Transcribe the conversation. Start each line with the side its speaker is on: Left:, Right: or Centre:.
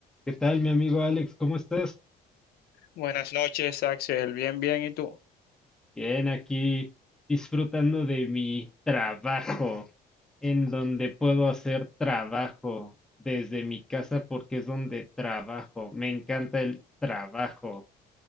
Centre: ¿Qué tal, mi amigo Alex? ¿Cómo estás?
Left: Buenas noches, Axel. Bien, bien. ¿Y tú?
Centre: Bien, aquí disfrutando de mi trabajo, en donde puedo hacer trabajo desde mi casa porque es donde trabajo. Me encanta el trabajo.